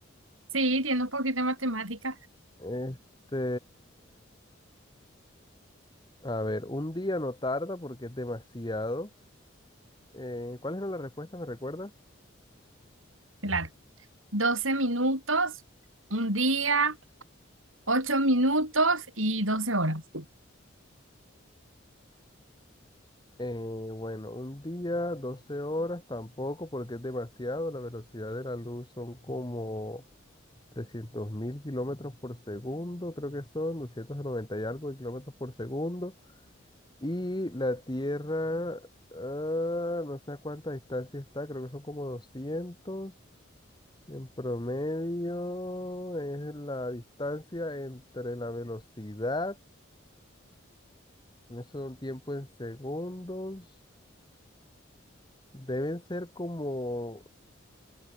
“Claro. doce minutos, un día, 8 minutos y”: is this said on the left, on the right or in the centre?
Right